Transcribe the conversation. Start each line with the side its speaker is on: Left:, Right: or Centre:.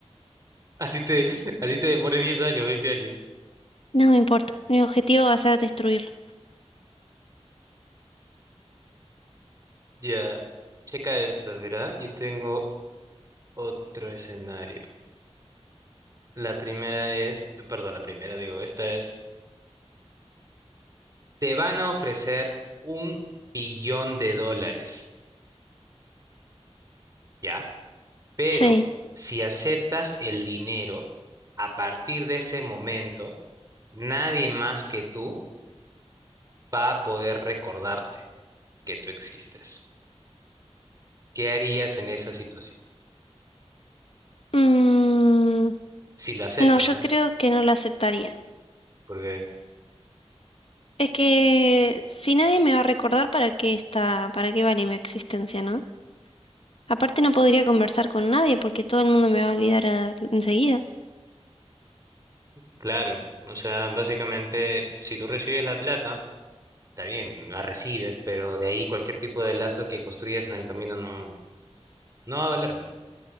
Right: Así te, <laughs> así te demores diez años, veinte años.
Left: no me importa. Mi objetivo va a ser destruirlo.
Right: Ya, checa esto, ¿verdad? Yo tengo otro escenario. La primera es, perdón, la primera, digo, esta es, te van a ofrecer un billón de dólares, ¿ya? Pero
Left: Sí.
Right: si aceptas el dinero, a partir de ese momento Nadie más que tú va a poder recordarte que tú existes. ¿Qué harías en esa situación?
Left: Mm,
Right: Si lo aceptas,
Left: no, yo
Right: ¿verdad?
Left: creo que no lo aceptaría.
Right: Porque,
Left: Es que si nadie me va a recordar para qué está, para qué vale mi existencia, ¿no? Aparte no podría conversar con nadie porque todo el mundo me va a olvidar a- enseguida.
Right: claro, o sea, básicamente, si tú recibes la plata, está bien, la recibes, pero de ahí cualquier tipo de lazo que construyas en el camino no, no va a valer. ¿verdad?